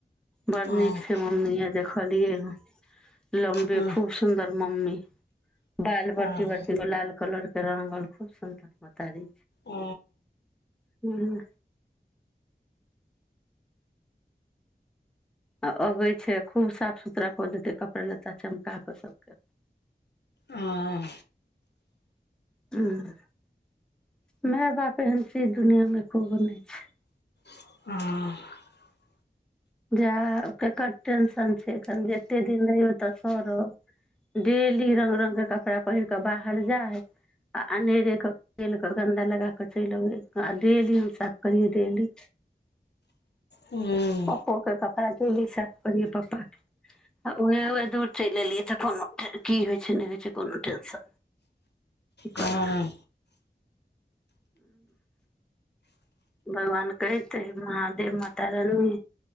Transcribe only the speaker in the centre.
बड़
नीक छै मम्मीए देखलियै ह लम्बे
खूब सुन्दर मम्मी बाल
बकी बकी बला ल कलर के रंगल खूब सुंन्दर मतारी
हँ आ अबै छै खूब साफ सुथरा कऽ देतै कपड़ा लत्ता चमका कऽ सभके
हूं माय बाप एहन चीज दुनिया में कोनो नहि छै
जा ककर टेंशन छै एते दिन रहियौ तऽ करब डेली रंग रंग के कप कपड़ा पहिर के बाहर जाइ आ अनेरे क खेल क गन्दा लगा कऽ चलि अबै आ डेली हम साफ करियै डेली
पप्पो के कपड़ा डेली साफ कहलियै पप्पा के आ ओहे ओहे दूर चलि एलियै तऽ कोनो की होइ छै नहि होइ छै कोनो टेंशन कि
करबै भगवान कहितै महादेव माता रानी